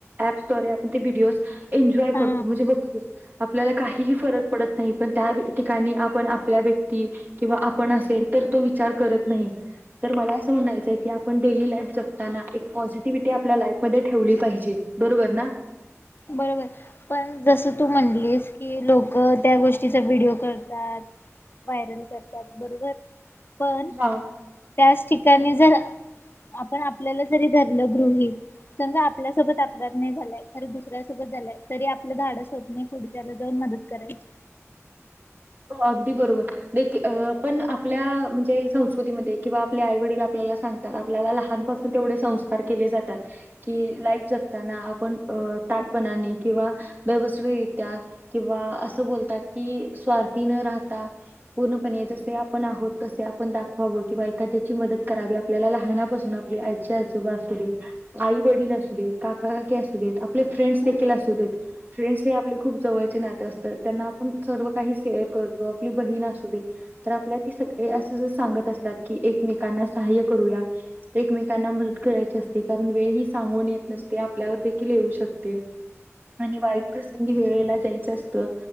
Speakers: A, on the right; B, on the left.
A: अँप्सद्वारे... आपण ते व्हिडिओज एन्जॉय
B: हा
A: करतो... म्हणजे बघतो. आपल्याला... काहीही फरक पडत नाही.... पण त्या ठिकाणी आपण आपल्या व्यक्ती... किंवा आपण असेल... तर तो विचार करत नाही. तर मला... असं... म्हणायचंय... की आपण डेली लाईफ जगताना... एक पॉझिटिव्हिटी... आपल्या लाईफ मध्ये... ठेवली पाहिजे. बरोबर ना?
B: बरोबर. पण... जसं... तू म्हणलीस, की लोकं त्या गोष्टीचा व्हिडिओ करतात व्हायरल करतात बरोबर... पण...
A: हा
B: त्याच ठिकाणी जर आपण आपल्याला जरी धरलं गृहित.... समजा आपल्यासोबत अपघात नाही झालाय... खरं दुसऱ्या दुसऱ्या सोबत झालाय... तरी आपलं धाडस होतं नाई पुढच्याला जाऊन मदत करायची
A: हो... अगदी बरोबर.... दे... की... अं... पण आपल्या म्हणजे... संस्कृतीमध्ये... किंवा आपल्या... आईवडील आपल्याला सांग तर आपल्याला लहानपासून... तेवढे संस्कार केले जातात कि... लाईफ जगताना आपण अं... ताटपणाने... किंवा व्यवस्वी रित्या किंवा असं बोलतात कि स्वार्थी न राहता पूर्णपणे... जसे आपण आहोत... तसे आपण दाखवावं... किंवा एखाद्याची मदत करावी... आप आपल्याला लहानापासून... आपली आजी आजोबा असू देत... आई-वडील असू देत... काका-काकी असू देत... आप- आपले फ्रेंड्स देखील
B: हम्म
A: असू देत.... फ्रेंड्स हे आपले खूप जवळचे नाते असतं... त्यांना आपण सर्व काही शेअर करतो... आपली बहीण असू दे तर आपल्या ती सगळी... असं जर... सांगत असतात की, एकमेकांना सहाय्य करूया एकमेकांना मदत करायची असते... कारण वेळ ही सांगून येत नसते... आपल्यावर देखील येऊ शकते. आणि वाईट प्रसंगी, वेळेला जायचं असतं.